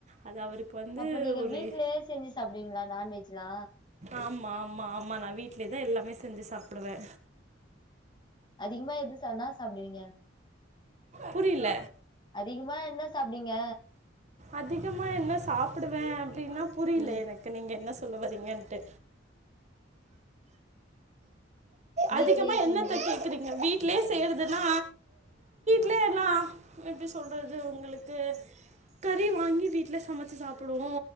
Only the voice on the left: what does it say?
அப்ப நீங்க
வீட்லயே செஞ்சு சாப்டுவீங்களா நான்வெஜ்லா
அதிகமா எது சனா சாப்டுவீங்க
அதிகமா என்ன சாப்டுவீங்க
ம்
வீட்லயே
செஞ்சு